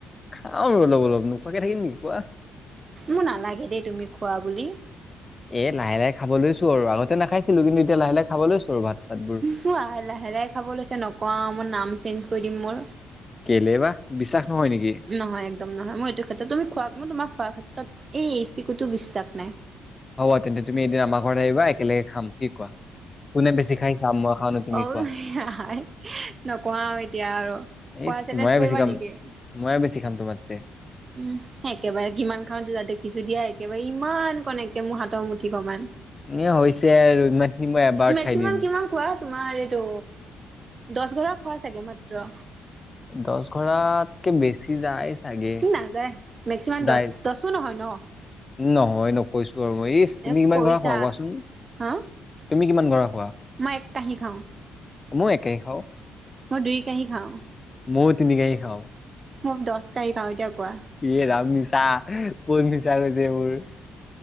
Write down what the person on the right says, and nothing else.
মোৰ নালাগে দেই তুমি খোৱা বুলি।
উমঁ' লাহে-লাহে খাব লৈছে নকওঁ আৰু মই, নাম চেঞ্জ কৰি দিম মোৰ।
নহয়, একদম নহয়, মই এইটো ক্ষেত্ৰত তুমি খোৱা মই তোমাক খোৱাৰ ক্ষেত্ৰত এই এচিকুটো বিশ্বাস নাই।
অ',
হাই নকওঁ আৰু এতিয়া আৰু, খোৱা
চেলেঞ্জ
কৰিবা
নেকি?
উমঁ, একেবাৰে কিমান খাওঁ দেখিছোঁ দিয়া একেবাৰে ইমানকণ একে মোৰ হাতৰ মুঠিখনমান।
মেক্সিমাম
কিমান খোৱা তোমাৰ এইটো দ'হ গৰা খোৱা চাগে মাত্ৰ।
ই নাযায়, মেক্সিমাম
দচ, দচো নহয় ন।
এ
কৰিছা
হা
মই এক কাঁহি খাওঁ।
মই দুই কাঁহি খাওঁ।
মক দচকাঁহি খাওঁ, এতিয়া কোৱা?